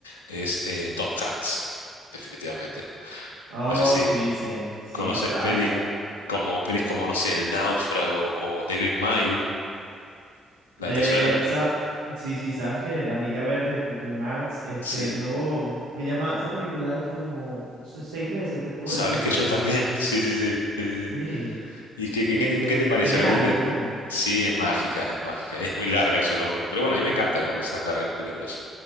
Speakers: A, on the left; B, on the right.
A: es eh, Tom Hanks, definitivamente.
B: Oh,
A: No sé si
B: sí, sí, sí,
A: conoces
B: total,
A: pelis
B: claro.
A: como, pelis como, no sé, El Náufrago o The Green Mile, ¿la
B: Eh,
A: te suenan?
B: sa- sí, sí, sabes que La Milla Verde de Tico y Miles, este,
A: Sí.
B: yo mm, me llama, esa película la he visto como no sé, seis veces, te puedo
A: Sabes
B: decir.
A: que yo también, <laughs> sí, sí, sí, sí,
B: Sí.
A: sí. sí. ¿Y qué, qué,
B: Eh,
A: qué te, qué te parece?
B: tiene
A: A ver,
B: algo,
A: de-
B: tiene algo.
A: sí, es mágica, es mágica. Es muy larga, eso es lo único. Pero bueno, a mí me encanta igual que sean largas las películas.